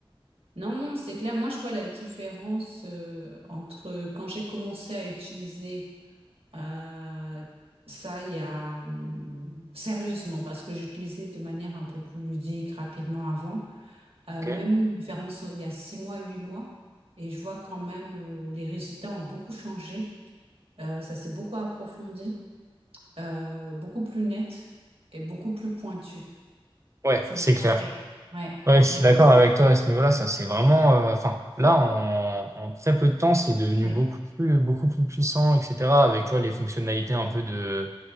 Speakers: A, on the right (about 80°); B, on the right (about 30°).
A: Non, non, c'est clair. Moi, je vois la différence euh, entre quand j'ai commencé à utiliser euh, ça il y a hum, sérieusement, parce que j'utilisais de manière un peu plus ludique rapidement avant. Euh,
B: Ok.
A: même une différence il y a six mois, huit mois, et je vois quand même euh, les résultats ont beaucoup changé. Euh, ça s'est beaucoup approfondi, euh, beaucoup plus net et beaucoup plus pointu.
B: Ouais,
A: Tu
B: c'est
A: vois,
B: clair.
A: et ouais,
B: Ouais,
A: et je
B: je suis d'accord avec toi à ce niveau-là. Ça, c'est vraiment. euh, Enfin, là, en, en très peu de temps, c'est devenu
A: ouais,
B: beaucoup plus, beaucoup plus puissant, etc. Avec, tu vois, les fonctionnalités un peu de